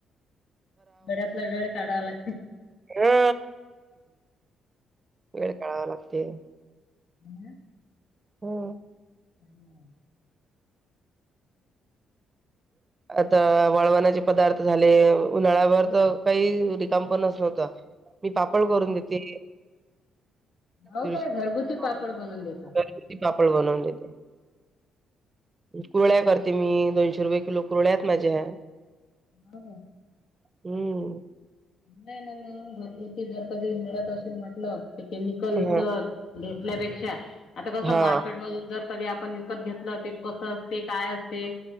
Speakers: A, on the left; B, on the right.
A: बेळातला वेळ काढावा लागत
B: हा वेळ काळावा लागते
A: हम्म
B: होम
A: हम्म
B: आता वळवणाचे पदार्थ झाले उन्हाळ्यावर तर काही रिकाम पणच नव्हत मी पापड करून देते
A: हो
B: रती
A: काय घरगुती पापड बनवून देतो. हो
B: पापड बनवून देते कुरळ्या करते मी दोनशे रुपये किलो कुरळ्यात माझ्या्या
A: हो का
B: हम्म
A: नाही नाही न म घर घती घरकध म्हट केमिकल
B: हा
A: घल्यापेक्षा आता कस
B: हा
A: मार्केट म कधी आपण विकत घेतलं ते कसं असते काय असते.